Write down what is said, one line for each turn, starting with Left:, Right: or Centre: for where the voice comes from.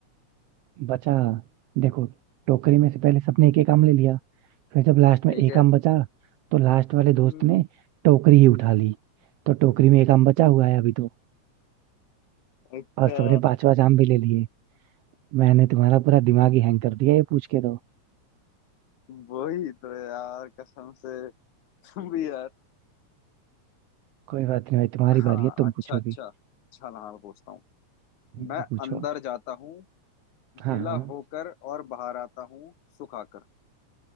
Right: बचा देखो टोकरी में से पहले सबने एक एक आम ले लिया फिर जब लास्ट में
Left: ठीक
Right: एक
Left: है
Right: आम बचा तो लास्ट वाले दोस्त
Left: हम्म
Right: ने टोकरी ही उठा ली तो टोकरी में एक आम बचा हुआ है अभी तो
Left: अच्छा
Right: और सबने पांचवा जाम भी ले लिए मैंने तुम्हारा पूरा दिमाग ही हैंग कर दिया ये पूछ के तो
Left: वही तो यार कसम से तुम भी यार
Right: कोई बात नहीं भाई तुम्हारी
Left: हाँ
Right: बारी है तुम
Left: अच्छा
Right: पूछो
Left: अच्छा
Right: भी
Left: अच्छा हाँ मैं पूछता हूँ
Right: हम्म,
Left: मैं
Right: पूछो
Left: अंदर जाता हूँ
Right: हाँ
Left: गीला
Right: हाँ
Left: होकर और बाहर आता हूँ सुखाकर